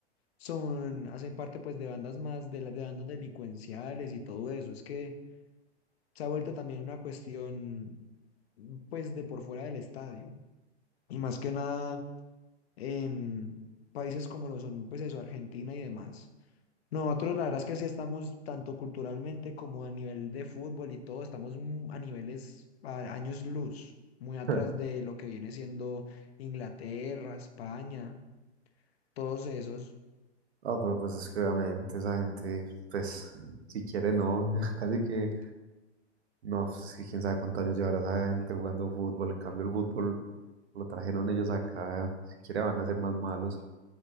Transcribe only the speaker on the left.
son, hacen parte pues de bandas más, de las de bandas delincuenciales y todo eso. Es que se ha vuelto también una cuestión, pues de por fuera del estadio. Y más que nada en países como lo son, pues eso, Argentina y demás. Nosotros la verdad es que sí estamos tanto culturalmente como a nivel de fútbol y todo, estamos mm, a niveles, a años luz, muy atrás
de lo que viene siendo Inglaterra, España, todos esos. <laughs>